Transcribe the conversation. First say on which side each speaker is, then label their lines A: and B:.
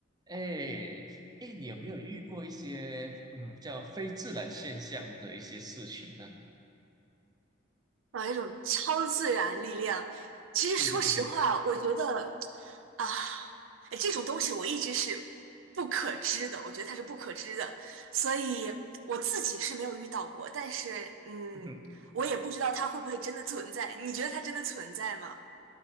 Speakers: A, on the right; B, on the right.
A: 哎，哎，你有没有遇过一些嗯叫非自然现象的一些事情呢？
B: 啊，一种超自然力量。其实说实话，
A: 对对对对，
B: 我觉得啊，哎这种东西我一直是不可知的，我觉得它是不可知的，所以我自己是没有遇到过。但是，嗯，
A: 嗯哼，
B: 我也不知道它会不会真的存在。你觉得它真的存在吗？